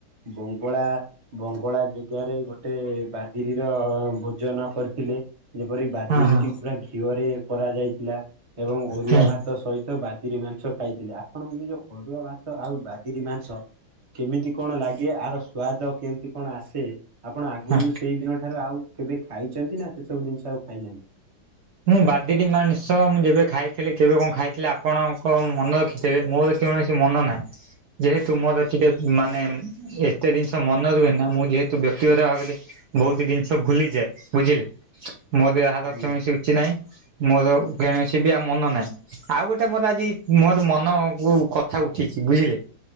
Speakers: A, on the right; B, on the right.
A: ବଙ୍ଗଳା ବଙ୍ଗଳା ଯେଗାରେ ଗୋଟେ ବାଦିରୀର ଭୋଜନ କରିଥିଲେ। ଯେପରି ବାଦିରୀଟି
B: ହଁ
A: ପୁରା ଘିଅରେ କରାଯାଇଥିଲା। ଏବଂ ଅରୁଆ
B: ହୁଁ ହୁଁ
A: ଭାତ ସହିତ ବାଦିରୀ ମାଂସ ଖାଇଥିଲେ ଆପଣଙ୍କୁ ସେ ଯୋଉ ଅରୁଆ ଭାତ ଆଉ ବାଦିରୀ ମାଂସ କେମିତି କଣ ଲାଗେ ଆର ସ୍ଵାଦ କେମତି କଣ ଆସେ ଆପଣ ଆଗୁରୁ
B: ହଁ
A: ସେଇ ଦିନଠାରୁ ଆଉ କେବେ ଖାଇଚନ୍ତି ନା ସେସବୁ ଜିନଷ ଆଉ ଖାଇନାହାନ୍ତି।
B: ମୁଁ ବାଦିରୀ ମାଂସ ମୁଁ ଯେବେ ଖାଇଥିଲି କେବେ କଣ ଖାଇଥିଲି ଆପଣଙ୍କ ମନେ ରଖିଥିବେ ମୋର କୌଣସି ମନ ନାହିଁ ଯେହେତୁ ମୋର ଟିକେ ମାନେ ଏ ଏତେ ଜିନଷ ମନ ରୁହେନା ମୁଁ ଯେହେତୁ ବ୍ୟକ୍ତିଗତ ଭାବରେ ବୋହୁତ ଦିନଷ ଭୁଲିଯାଏ ବୁଝିଲେ। ମୋର ଏହାର
A: ଆଜ୍ଞା
B: କୌଣସି ରୁଚି ନାହିଁ ମୋର କୌଣସି ବି ଆଉ ମନ ନାହିଁ। ଆଉ ଗୋଟେ ମୋର ଆଜି ମୋର ମନକୁ କଥା ଉଠିଚି ବୁଝିଲେ।